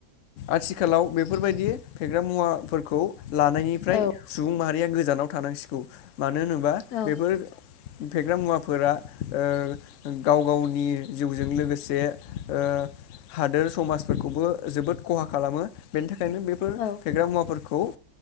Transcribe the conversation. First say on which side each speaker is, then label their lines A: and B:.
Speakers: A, on the left; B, on the left.
A: आथिखालाव बेफोरबायदि फेग्रा मुवाफोरखौ लानायनिफ्राय
B: औ
A: सुबुं माहारिया गोजानाव थानांसिगौ मानो होनोबा
B: औ
A: बेफोर फेग्रा मुवाफोरा ओ गाव गावनि जिउजों लोगोसे ओ हादोर समाजफोरखौबो जोबोद खहा खालामो बेनि था खायनो बेफोर
B: औ
A: फेग्रा मुवाफोरखौ ओ